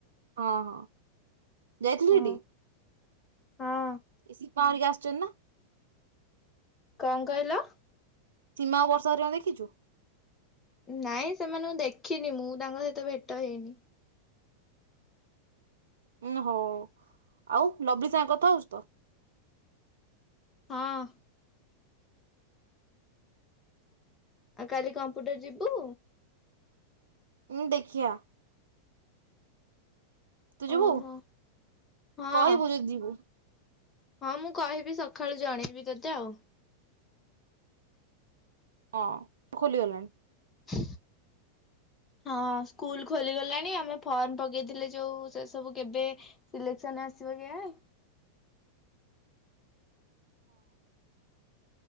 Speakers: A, on the right; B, on the left.
A: ହଁ, ହଁ। ଯାଇଥିଲି
B: ହଁ ହଁ।
A: ସେଠି ଏ ମ୍ <inaudible> <inaudible>
B: କଣ କହିଲ?
A: ସୀମା ଆଉ ବର୍ଷା ହରିକାଙ୍କୁ ଦେଖିଚୁ?
B: ନାଇଁ ସେମାନଙ୍କୁ ଦେଖିନି ମୁଁ ତାଙ୍କ ସହିତ ଭେଟ ହେଇନି।
A: ଉୁଁ ହଉ ଆଉ। ଲବି ସାଙ୍ଗ କଥା ହଉଛି ତ?
B: ହଁ। ଆଉ କାଲି କମ୍ପୁଟର ଯିବୁ?
A: ଉଁ ଦେଖିଆ। ତୁ ଯିବୁ
B: ଓହୋ। ହଁ
A: କହିବୁ ଯଦି ଯିବୁ।
B: ହଁ ମୁଁ କହିବି ସକାଳୁ ଜଣେଇବି ତୋତେ ଆଉ।
A: ହଁ ଖୋଲିଗଲାଣି।
B: ହ ହଁ ସ୍କୁଲ ଖୋଲିଗଲାଣି ଆମେ ଫର୍ମ ପକେଇଥିଲେ ଯୋଉ ସେ ସବୁ କେବେ ସିଲେକ୍ସନ ଆସିବ କେଆଣି। <unintelligible>